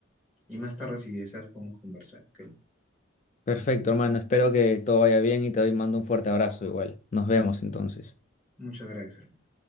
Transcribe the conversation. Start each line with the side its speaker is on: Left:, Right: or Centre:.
Centre: y más tarde si deseas podemos conversar, ¿ok?
Left: perfecto, hermano, espero que todo vaya bien y te doy- mando un fuerte abrazo igual. Nos vemos entonces.
Centre: Muchas gracias, hermano.